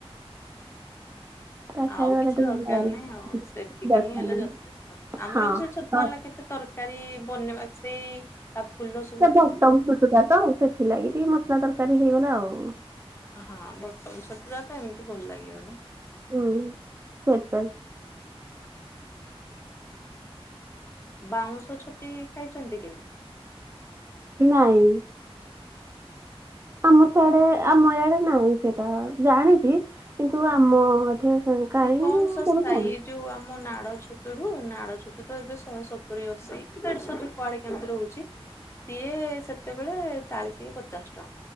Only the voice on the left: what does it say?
ଆଉ
କିଛି
ଦରକାର
ନାହିଁ ଆଉ ସେତିକି
ହିଁ ହେଲେ
ଯଥେଷ୍ଟ। ଆମର
ବି ସେଇ ସବୁ ଛତୁ
ଆଣିଲେ କେବେ ତର କାରୀ-ଇ-ଇ ବନେଇବା ସେଇ ତା ଫୁଲ ସ
ହଁ ବଟମ ଛଟୁ ଟା ତ ଏମିତି ଭଲ ଲାଗିବନି।
ବାଉଁଶ ଛତି ଖାଇଛନ୍ତି କି ନାଇଁ?
ଏ କମ୍ ସସ୍ଥା
ଇ ଯୋଉ ଆମ ନାଡ ଛତୁୁ ନୁହେଁ ନାଡ ଛତୁ ତ ଏବେ ଶହେ ସତୁରି, ଅଶୀ, ଦେଢଶ ଠୁ କୁଆଡେ କେମିତି ରହୁଚି, ସିଏ ସେତେବେଳେ ଚାଳିଶ କି ପଚାଶ ଟଙ୍କା